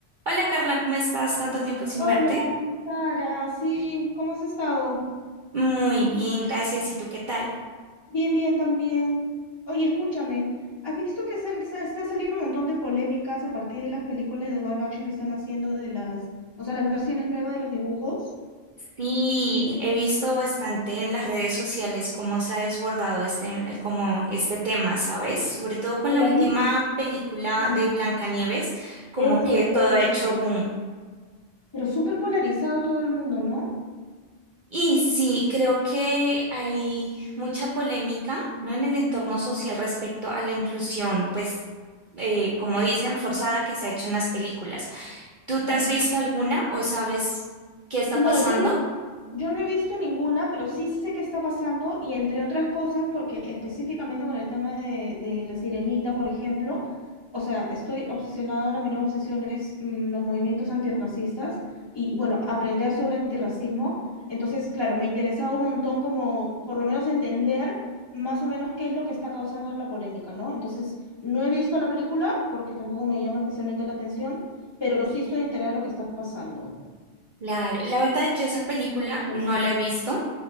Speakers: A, on the right; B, on the left.
A: Hola Carla, ¿cómo estás? Tanto tiempo sin
B: Hola,
A: verte.
B: Sara, sí, ¿cómo has estado?
A: Muy bien, gracias. ¿Y tú qué tal?
B: Bien, bien, también. Oye, escúchame, ¿has visto que sal- sa- está saliendo un montón de polémicas a partir de las películas de live action que están haciendo de las, o sea, las versiones nuevas de los dibujos?
A: Sí, he visto bastante en las redes sociales cómo se ha desbordado este, eh, como este tema, ¿sabes? Sobre todo con
B: Polariz
A: la última película
B: Mm,
A: de Blancanieves, como
B: Es
A: que
B: sobre
A: todo
B: todo
A: ha
B: eso.
A: hecho boom.
B: Pero súper polarizado todo el mundo, ¿no?
A: Y sí, creo que hay mucha polémica, ¿no? En el entorno social
B: Mm.
A: respecto a la inclusión, pues, eh, como dicen, forzada que se ha hecho en las películas. ¿Tú
B: no.
A: te has visto alguna o sabes qué está
B: No,
A: pasando?
B: yo no, yo no he visto ninguna, pero sí sé qué está pasando y entre otras cosas, porque específicamente con el tema de, de la sirenita, por ejemplo, o sea, estoy obsesionada ahora, mi nueva obsesión es mm, los movimientos antirracistas y bueno, aprender sobre antirracismo. Entonces, claro, me interesaba un montón como por lo menos entender más o menos qué es lo que está causando la polémica, ¿no? Entonces, no he visto la película porque tampoco me llama especialmente la atención, pero sí estoy enterada de lo que está pasando.
A: Claro,
B: Son
A: la verdad yo esa película
B: muy interesantes.
A: no la he visto.